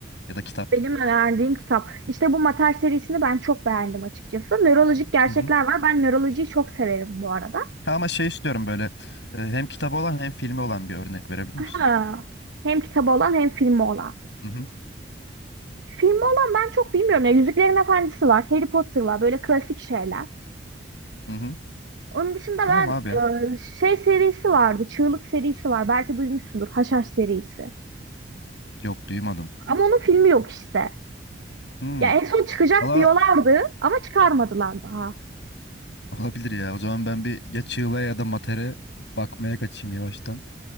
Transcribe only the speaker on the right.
Benim önerdiğim kitap. İşte bu Mater serisini ben çok beğendim açıkçası. Nörolojik gerçekler
var. Ben nörolojiyi çok severim bu arada.
Aha. Hem kitabı olan hem filmi olan.
Filmi olan ben çok bilmiyorum ya. Yüzüklerin Efendisi var. Harry Potter var. Böyle klasik şeyler.
Onun dışında
ben
e, şey serisi vardı. Çığlık serisi var. Belki duymuşsundur. Haşhaş serisi.
Ama onun filmi yok işte.
Ya en son çıkacak
diyorlardı ama çıkarmadılar daha.